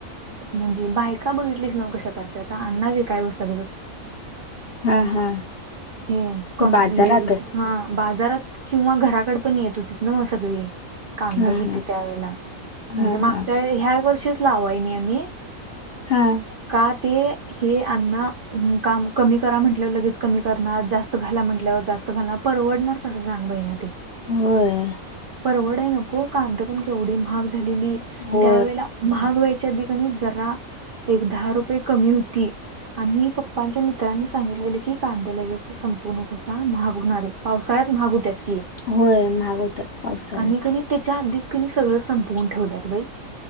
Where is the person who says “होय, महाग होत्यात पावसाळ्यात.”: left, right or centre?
Left